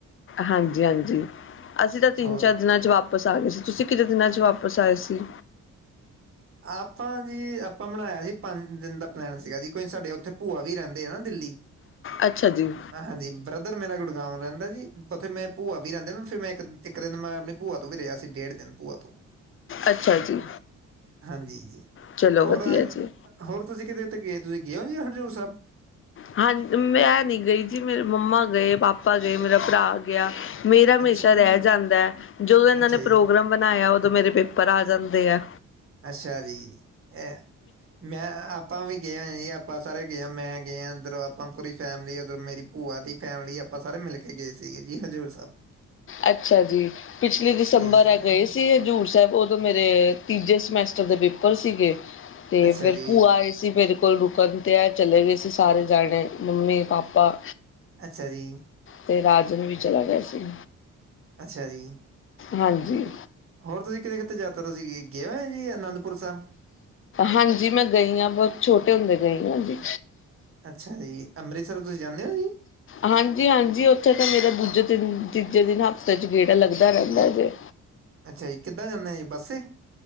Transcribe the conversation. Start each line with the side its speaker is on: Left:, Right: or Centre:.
Left: ਹਾਂਜੀ-ਹਾਂਜੀ, ਅਸੀਂ ਤਾਂ ਤਿੰਨ
Right: ਹੋਰ
Left: ਚਾਰ ਦਿਨਾਂ ਚ ਵਾਪ ਪਸ ਆ ਗਏ ਸੀ, ਤੁਸੀਂ ਕਿਨੇ ਦਿਨਾਂ ਚ ਵਾਪਸ ਆਏ ਸੀ?
Right: ਆਪਾਂ ਜੀ, ਆਪਾਂ ਬਣਾਇਆ ਸੀ ਪੰਜ ਦਿਨ ਦਾ ਪਲੈਨ ਸੀਗਾ ਜੀ, ਕੋਈ ਸਾਡੇ ਉੱਥੇ ਭੂਆ ਵੀ ਰਹਿੰਦੇ ਆ ਨਾ ਦਿੱਲੀ।
Left: ਅੱਛਾ ਜੀ
Right: ਮੈਂ ਹਾਂਜੀ ਬ੍ਰ ਬ੍ਰਦਰ ਮੇਰਾ ਗੁੜਗਾਉ ਰਹਿੰਦਾ ਜੀ, ਔਥੇ ਮੈਂ ਭੂਆ ਵੀ ਰਹਿੰਦੇ ਨਾ, ਫਿਰ ਮੈਂ ਇੱਕ, ਇੱਕ ਦਿਨ ਮੈਂ ਆਪਣੀ ਭੂਆ ਤੋਂ ਵੀ ਰਿਆ ਸੀ ਡੇਢ ਦਿਨ ਪੂਆ ਤੋਂ।
Left: ਅੱਛਾ ਜੀ।
Right: ਹਾਂਜੀ ਜੀ,
Left: ਚਲੋ
Right: ਹੋਰ
Left: ਵਧੀਆ
Right: ਅ
Left: ਜੀ
Right: ਹੋਰ ਤੁਸੀਂ ਕਿਤੇ ਉੱਤੇ ਗਏ, ਤੁਸੀਂ ਗਏ ਔ ਜੀ ਹਰਜ਼ੂਰ ਸਾਬ?
Left: ਹਾਂਜ, ਮੈਂ ਨੀ ਗਈ ਜੀ, ਮੇਰੇ ਮੰਮਾ ਗਏ, ਪਾਪਾ ਗਏ, ਮੇਰਾ ਭਰਾ ਗਿਆ, ਮੇਰਾ ਹਮੇਸ਼ਾ
Right: ਅੱਛਾ ਜੀ,
Left: ਰੇਹ ਜਾਂਦਾ ਐ, ਜਦੋਂ ਇਹਨਾਂ
Right: ਅੱਛਾ
Left: ਨੇ
Right: ਜੀ,
Left: ਪ੍ਰੋਗਰਾਮ ਬਣਾਇਆ, ਉਦੋਂ ਮੇਰੇ ਪੇਪਰ ਆ ਜਾਂਦੇ ਆ।
Right: ਅੱਛਾ ਜੀ, ਏਹ ਮੈਂ, ਆਪਾਂ ਵੀ ਗਏ ਹ ਔਏ ਜੀ, ਆਪਾਂ ਸਾਰੇ ਗਏ ਆ, ਮੈਂ ਗਏ ਆ ਉੱਧਰ, ਆਪਾਂ ਪੂਰੀ ਫੈਮਿਲੀ ਉੱਧਰੋ ਮੇਰੀ ਭੂਆ ਦੀ ਫੈਮਿਲੀ, ਆਪਾਂ ਸਾਰੇ ਮਿਲ ਕੇ ਗਏ ਸੀਗੇ ਜੀ ਹਜ਼ੂਰ ਸਾਬ।
Left: ਅੱਛਾ ਜੀ ਪਿਛਲੀ ਦਸੰਬਰ
Right: ਹਾਂ।
Left: ਹੈ ਗਏ ਸੀ ਹਜ਼ੂਰ ਸਾਹਿਬ ਉਦੋਂ ਮੇਰੇ ਤੀਜੇ ਸਮੈਸ ਟਰ ਦੇ ਪੇਪਰ ਸੀਗੇ ਤੇ
Right: ਅੱਛਾ
Left: ਫੇਰ
Right: ਜੀ
Left: ਭੂਆ ਆਏ ਸੀ ਮੇਰੇ ਕੋਲ ਰੁਕਣ ਤੇ ਇਹ ਚਲੇ ਗਏ ਸੀ ਸਾਰੇ ਜਾਣੇ ਮੰਮੀ ਪਾਪਾ।
Right: ਅੱਛਾ ਜੀ।
Left: ਤੇ ਰਾਜਨ ਵੀ ਚਲਾ ਗਿਆ ਸੀ।
Right: ਅੱਛਾ ਜੀ
Left: ਹਾਂਜੀ
Right: ਹੋਰ ਤੁਸੀ ਕਿਤੇ-ਕਿਤੇ ਜਾ ਤੁਸੀ ਗਏ ਹੋ ਜੀ ਅਨੰਦਪੁਰ ਸਾਹਿਬ।
Left: ਹਾਂਜੀ ਮੈਂ ਗਈ ਹਾਂ ਬਹੁਤ ਛੋਟੇ ਹੁੰਦੇ ਗਈ ਹਾਂ ਜੀ।
Right: ਅੱਛਾ ਜੀ ਅੰਮ੍ਰਿਤਸਰ ਤੁਸੀਂ ਜਾਂਦੇ ਹੋ ਜੀ।
Left: ਹਾਂਜੀ-ਹਾਂਜੀ ਉੱਥੇ ਤਾ ਮੇਰਾ ਦੂਜੇ ਦਿਨ, ਤੀਜੇ ਦਿਨ ਹਫ਼ਤੇ ਚ ਗੇੜਾ ਲੱਗਦਾ ਰਹਿੰਦਾ ਜੇ।
Right: ਅੱਛਾ ਜੀ ਕਿੱਦਾਂ ਜਾਂਦੇ ਜੀ ਬੱਸੇ।